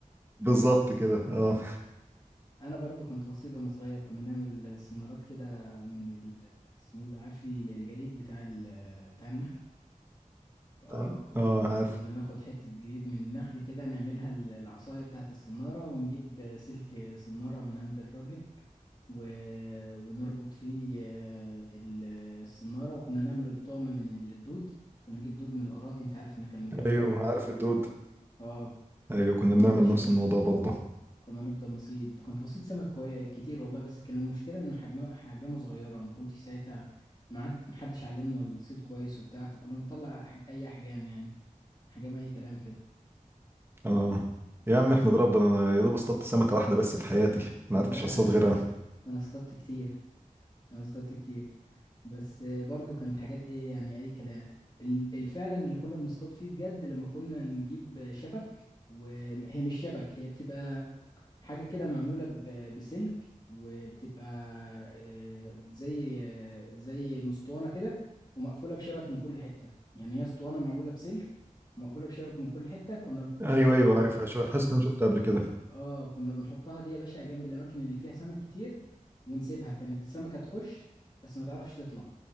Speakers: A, on the right; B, on the left.
A: بالظبط كده
B: اه
A: اه
B: انا برضو كنت بسيط وانا صغير كنا نعمل سنارات كده من ال... اسمه ايه ده عارف ال- الجريد بتاع ال... بتاع النخل اه
A: عن-
B: كنا
A: اه
B: ناخ...
A: عارف
B: كنا ناخد حتة جريد من النخل كده نعملها ال- العصاية بتاعة السنارة ونجيب سلك سنارة من عند الراجل و... ونربط فيه آه، ال- السنارة وكنا نعمل الطعم من الدود كنا نجيب دود من الأراضي أنت عارف أنا كان جنبي
A: ايوه
B: أراضي
A: عارف
B: وكده
A: الدود
B: أه
A: ايوه كنا
B: كنا
A: بنعمل
B: باشا
A: نفس الموضوع برضه
B: كنا نفضل نصيد كنت بصيد سمك كوي... كتير والله بس كان المشكلة إن حجمه حجمه صغيرة ما كنتش ساعتها ما حد محدش علمنا الصيد كويس وبتاع فكنا بنطلع أح... أي أحجام يعني أحجام أي كلام كده
A: اه يا عم احمد ربنا انا يا دوب اصطدت سمكه واحده بس في حياتي ما
B: لا
A: عرفتش اصطاد غيرها
B: <laughs> أنا اصطدت كتير انا اصطدت كتير بس برضو كانت حاجات ايه يعني اي كلام ال- الفعلا اللي كنا بنصطاد فيه بجد لما كنا نجيب شبك وهي مش شبك هي بتبقى حاجة كده معمولة ب- بسلك وبتبقى آه، زي آه، زي مسطوانة كده ومقفولة بشبك من كل حتة يعني هي اسطوانة معمولة بسلك ومقفولة بشبك من كل حتة كنا
A: ايوه ايوه عارفها شويه حاسس ان انا شفتها قبل كده
B: اه كنا بنحطها دي يا باشا جنب الاماكن اللي فيها سمك كتير ونسيبها كانت السمكة تخش بس ما تعرفش تطلع